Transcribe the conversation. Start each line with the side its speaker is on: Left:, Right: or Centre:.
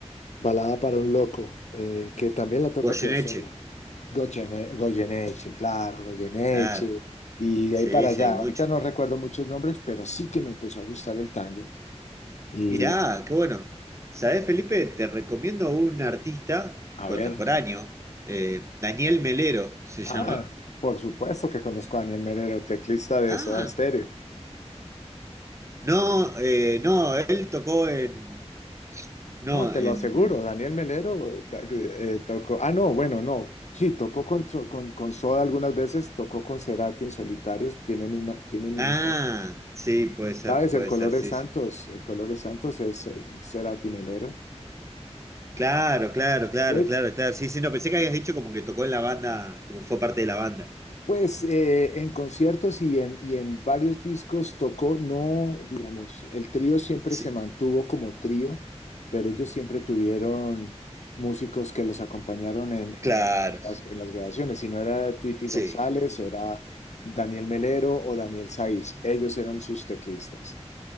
Left: Balada para un loco, eh, que también la toca
Right: Goyeneche.
Left: Piazzolla. Goyene- Goyeneche, claro, Goyeneche.
Right: Claro.
Left: Y de
Right: Sí,
Left: ahí para
Right: sí,
Left: allá.
Right: hay mucho.
Left: Ahorita no recuerdo muchos nombres, pero sí que me empezó a gustar el tango. Y
Right: Mirá, qué bueno. ¿Sabés, Felipe? Te recomiendo un artista
Left: a
Right: contemporáneo,
Left: ver,
Right: eh, Daniel Melero se
Left: ah,
Right: llama.
Left: por supuesto que conozco a Daniel Melero, teclista de
Right: Ah,
Left: Soda Stereo.
Right: no, eh, no, él tocó en No,
Left: No, te
Right: en...
Left: lo aseguro, Daniel Melero ta- eh, tocó. Ah, no, bueno, no. Sí, tocó con, So- con, con Soda algunas veces, tocó con Cerati en solitarios. Tienen una, tienen un
Right: Ah, sí, puede ser,
Left: ¿Sabes?
Right: puede
Left: El color
Right: ser,
Left: de
Right: sí,
Left: Santos,
Right: sí.
Left: el color de Santos es eh, Cerati Melero.
Right: Claro, claro, claro,
Left: De-
Right: claro, claro. Sí, sí, no, pensé que habías dicho como que tocó en la banda, como fue parte de la banda.
Left: pues eh, en conciertos y en, y en varios discos tocó, no, digamos, el trío siempre
Right: Sí,
Left: se mantuvo como trío, pero ellos siempre tuvieron músicos que los acompañaron en, en-
Right: claro,
Left: en las, en las grabaciones. Si no era Tweety
Right: sí.
Left: González, era Daniel Melero o Daniel Saiz. Ellos eran sus teclistas.